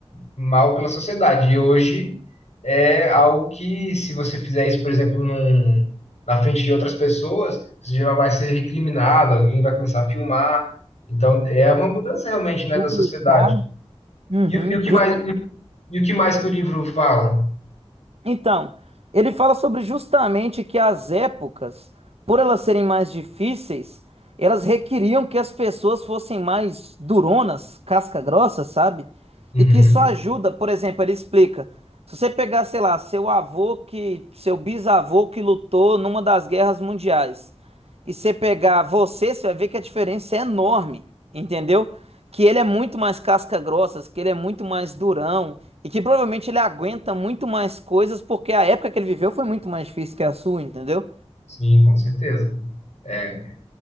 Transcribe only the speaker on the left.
mal pela sociedade. E hoje é algo que, se você fizer isso, por exemplo, num na frente de outras pessoas, você já vai ser recriminado, alguém vai começar a filmar. Então, é uma mudança realmente, né,
da sociedade.
E, o e o que mais, e, e o que mais que o livro fala?
Uhum.
Sim, com certeza. É.